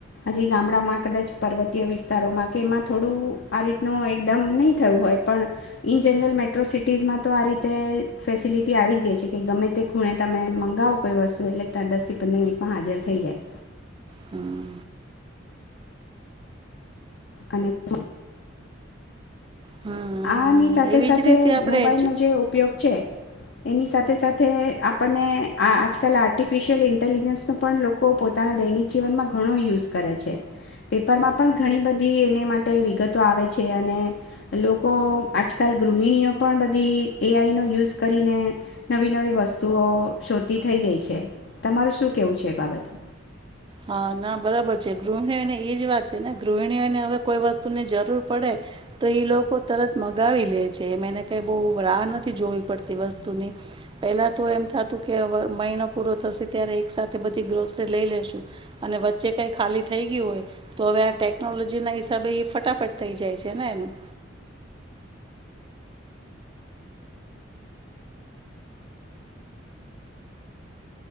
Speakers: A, on the left (about 60°); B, on the right (about 25°).
A: હજી ગામડામાં કદાચ પર્વતીય વિસ્તારોમાં કે એમાં થોડું આ રીતનું એકદમ નહી થયું હોય પણ, ઈન જનરલ મેટ્રો સિટીઝમાં તો આ રીતે ફેસિલિટી આવી જ ગઈ છે કે ગમે તે ખૂણે તમે મંગાવો કોઈ વસ્તુ એટલે દસ થી પંદર મિનિટમાં હાજર થઈ જાય.
B: હા.
A: અને ચ
B: હમ
A: આની સાથે
B: એવી
A: સાથે
B: જ રીતે આપણે
A: મોબાઈલ
B: એજ્યુ
A: નો જે ઉપયોગ છે એની સાથે સાથે આપણને આ આજકાલ આર્ટિફિશિયલ ઇન્ટેલિજન્સનો પણ લોકો પોતાના દૈનિક જીવનમાં ઘણો યુઝ કરે છે. પેપરમાં પણ ઘણી બધી એને માટે વિગતો આવે છે, અને લોક કો આજકાલ ગૃહિણીઓ પણ બધી એ આઈ નો યુઝ કરીને નવી નવી વસ્તુઓ શોતી થઈ ગઈ છે. તમારું શું કેવું છે એ બાબતે?
B: હા ના બરાબર છે. ગૃહિણીઓને એજ વાત છે ને, ગૃહિણીઓને હવે કોઈ વસ્તુ ની જરૂર પડે તો ઈ લોકો તરત મગાવી લે છે. એમ એને કઈ બહુ રાહ નથી જોવી પડતી વસ્તુની. પેલા તો એમ થતું કે અવર મહિનો પૂરો થશે ત્યારે એક સાથે બધી ગ્રોસરી લઈ લેશું. અને વચ્ચે કઈ ખાલી થઈ ગયું હોય તો હવે આ ટેકનોલોજી ના હિસાબે એ ફટાફટ થઈ જાય છે ને એનું.